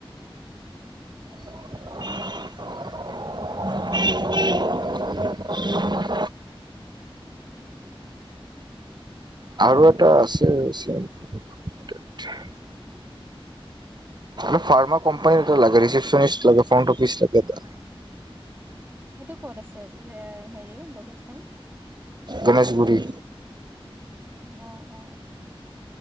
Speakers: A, on the right; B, on the right.
A: <unintelligible> <unintelligible> আৰু এটা আছিল চফ। <unintelligible> আ ফাৰ্মা কোম্পানী এটা লাগে ৰিচিপশ্যনিষ্ট লাগে ফ্ৰন্ট অফিচ লাগেটা।
B: সেইটো ক'ত আছে হেৰি লোকেশ্যন।
A: গণেশগুৰি।
B: অ। অ।